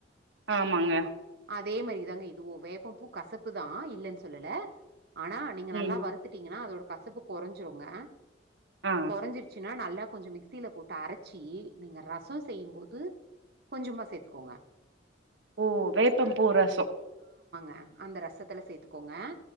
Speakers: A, on the right; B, on the right.
A: ஆமாங்க
B: அதே மாதிரிதாங்க இதுவு வேப்பம் பூ கசப்புதா இல்லன்னு சொல்லல ஆனா நீங்க நல்லா
A: ம்
B: வருத்துட்டீங்கன்னா அதோட கசப்பு குறைஞ்சிருங்க
A: அ
B: கொறைஞ்சிருச்சுன்னா நல்லா கொஞ்ச மிக்சில போட்டு அரைச்சி நீங்க ரசம் செய்யும்போது கொஞ்சமா சேத்துக்கோங்க
A: ஓ வேப்பம் பூ ரசம்
B: அ அந்த ரசத்துல சேத்துக்கோங்க